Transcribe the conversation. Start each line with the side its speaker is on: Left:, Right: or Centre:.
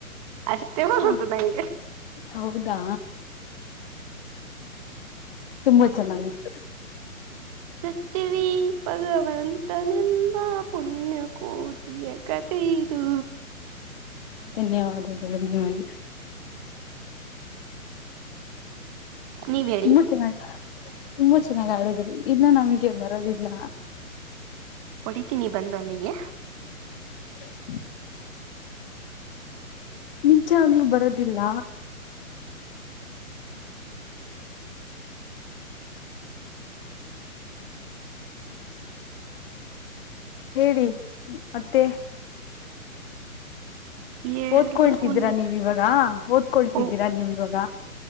Right: ಅಷ್ಟೇ ಮಾಡದು
Left: ಹಾ
Right: ನಂಗೆ
Left: ಹೌದಾ ತುಂಬಾ ಚೆನ್ನಾಗಿತ್ತು
Right: ಸತ್ಯವೇ ಭಗವಂತನೆಂಬ ಪುಣ್ಯಕೋಟಿಯ ಕಥೆಯದು
Left: ಧನ್ಯವಾದಗಳು ನಿಮಗೆ
Right: ನೀವ್ ಹೇಳಿ
Left: ತುಂಬಾ ಚೆನ್ನಾಗ ತುಂಬಾ ಚೆನ್ನಾಗ್ ಆಡದ್ರಿ ಇಲ್ಲ ನಮ್ಗೆ ಬರೋದಿಲ್ಲ
Right: ಹೊಡಿತೀನಿ ಬಂದ ಅಲ್ಲಿಗೆ
Left: <inaudible> ನಿಜಾಗಲೂ ಬರೋದಿಲ್ಲ ಹೇಳಿ ಮತ್ತೆ
Right: ಹೇಳ್ಬೇಕು
Left: ಓದ್ಕೊಳ್ತಿದ್ದೀರಾ
Right: ನೀ
Left: ನೀವ್ ಇವಾಗ ಓದ್ಕೊಳ್ತಿದ್ದೀರಾ
Right: ಓ
Left: ನೀವ್ ಇವಾಗ